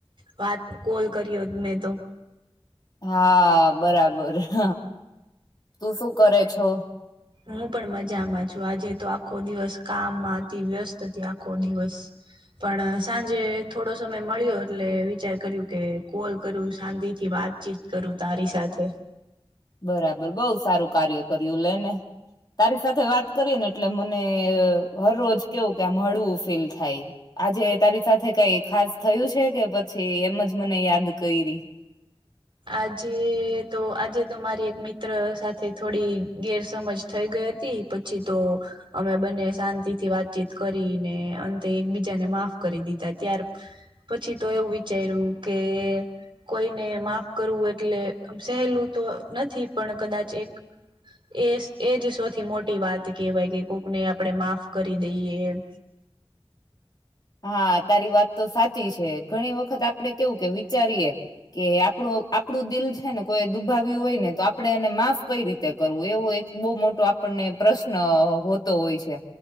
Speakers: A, on the right (about 55°); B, on the left (about 45°).
A: વાત કોલ કર્યો મેં તો
B: હા, બરાબર હ તું શું કરે છો?
A: હું પણ મજામાં છું આજે તો આખો દિવસ કામમાં હતી, વ્યસ્ત હતી આખો દિવસ પણ સાંજે થોડો સમય મળ્યો, એટલે વિચાર કર્યું કે કોલ કરું શાંતિ થી વાતચીત કરું તારી સાથે
B: બરાબર બઉ સારું કાર્ય કર્યું લેને તારી સાથે વાત કરી ને એટલે મને હર રોજ કેવું કે આમ હળવું ફીલ થાય. આજે તારી સાથે કઈ ખાસ થયું છે કે, પછી એમ જ મને યાદ કયરિ
A: આજે તો, આજે તો મારી એક મિત્ર સાથે થોડી ગેરસમજ થઈ ગઈ હતી, પછી તો અમે બંને શાંતિથી વાતચીત કરી ને, અંતે એકબીજાને માફ કરી દીધા ત્યાર પછી તો એવું વિચાર્યું કે, કોઈને માફ કરવું એટલે સહેલું તો નથી, પણ કદાચ એક એ એજ સૌથી મોટી વાત કેવાય કે કોકને આપણે માફ કરી દઈએ એમ
B: હા, તારી વાત તો સાચી છે, ઘણી વખત આપડે કેવું કે વિચારીએ કે આપણું, આપણું દિલ છે ને કોઈ એ દુભાવ્યું હોય ને તો, આપડે એને માફ કઈ રીતે કરવું એવું એક બહુ મોટો આપણને પ્રશ્ન હોતો હોય છે.